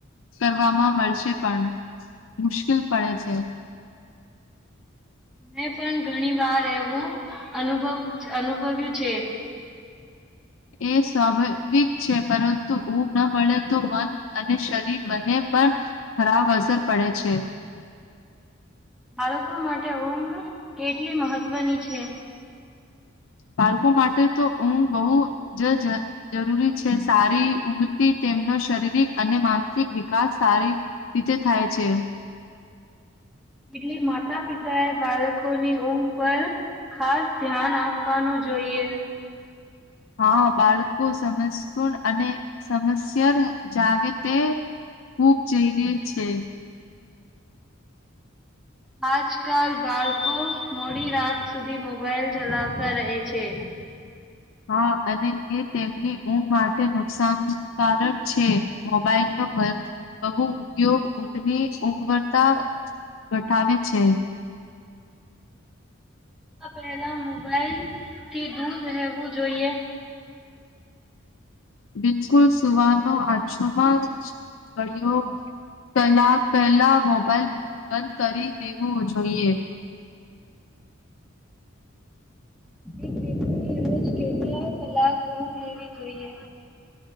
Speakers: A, on the left (about 75°); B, in the centre.
A: કરવામાં મળશે પણ મુશ્કેલ પડે છે.
B: મેં પણ ઘણી વાર એવું અનુભવ અનુભવ્યું છે.
A: એ સ્વાભાવિક છે, પરંતુ ઊંઘ ન મળે તો મન અને શરીર બંને પણ ખરાબ અસર પડે છે.
B: બાળકો માટે ઊંઘ કેટલી મહત્વની છે?
A: બાળકો માટે તો ઊંઘ બહુ જ જરૂરી છે સારી ઊંઘથી તેમનો શારીરિક અને માનસિક વિકાસ સારી રીતે થાય છે.
B: એટલે માતા પિતાએ બાળકોની ઊંઘ પર ખાસ ધ્યાન આપવાનું જોઈએ.
A: હા બાળકો સમસણ અને સમસ્યા જાગે તે ખૂબ જઈ ર છે.
B: આજકાલ બાળકો મોડી રાત સુધી મોબાઈલ ચલાવતા રહે છે.
A: હા અને એ તેમની ઊં માટે નુકસાનકારક છે મોબાઈલનો બહુ ઉપયોગ ઉવી ઉગવડતા ઘઠાવે છે.
B: <unintelligible> તે દૂર રહેવું જોઈએ.
A: બિલકુલ સુવાનો આછોમા ઘળયો કલાક પહેલા મોબાઈલ બંધ કરી દેવો જોઈએ.
B: એક વ્યક્તિ રોજ કેટલા કલાક ઊઘ લેવી જોઈએ?